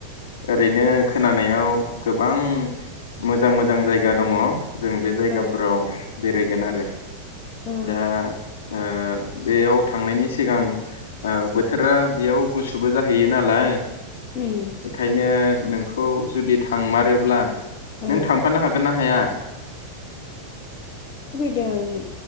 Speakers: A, on the left (about 60°); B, on the left (about 35°).
A: ओरैनो खोनानायाव गोबां मोजां मोजां जायगा दङ। जों बे जायगाफोराव
B: औ
A: बेरायगोन आरो
B: औ
A: दा ओ बेयाव थांनायनि सिगां बोथोरा बेयाव गुसुबो जाहैयो नालाय।
B: उम
A: बेखायनो नोंखौ जुदि थांमारोब्ला नों
B: औ
A: थांफानो हागोन ना हाया?
B: दों।